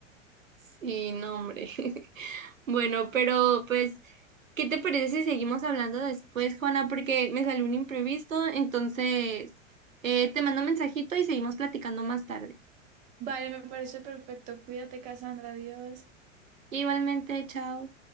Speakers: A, on the right (about 85°); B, on the right (about 20°).
A: Sí, no, hombre. <laughs> Bueno, pero pues, ¿qué te parece si seguimos hablando después, Juana? Porque me salió un imprevisto, entonces eh, te mando un mensajito y seguimos platicando más tarde.
B: Vale, me parece perfecto. Cuídate, Cassandra, adiós.
A: Igualmente, chao.